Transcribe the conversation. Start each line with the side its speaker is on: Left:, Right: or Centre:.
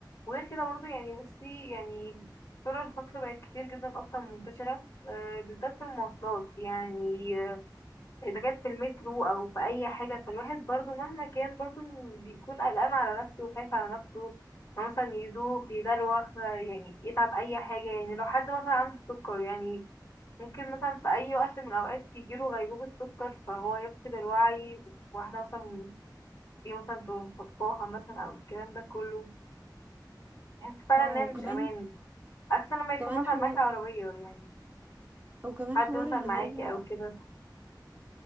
Left: وغير كده برضو يعني بصي يعني طرق الخطف بقت كتير جدا اصلا منتشره آه، بالذات في المواصلات يعني اذا كانت في المترو او في اي حاجه فالواحد برضو مهما كان برضو بيكون قلقان على نفسه وخايف على نفسه إنه مثلا يدوخ يدلوخ يعني يتعب اي حاجه يعني لو حد مثلا عنده سكر يعني ممكن مثلا في اي وقت من الاوقات يجيله غيبوبه سكر فهو يفقد الوعي واحده مثلا دي مثلا تقوم خطفاها مثلا او الكلام ده كله بحس فعلا
Right: اه
Left: ان هي
Right: وكمان
Left: مش امان عكس لما يكون
Right: كمان
Left: مثلا
Right: حوار
Left: معاكي عربيه يعني
Right: وكمان
Left: حد
Right: حوار
Left: مثلا
Right: اللي
Left: معاكي
Right: هو
Left: او كده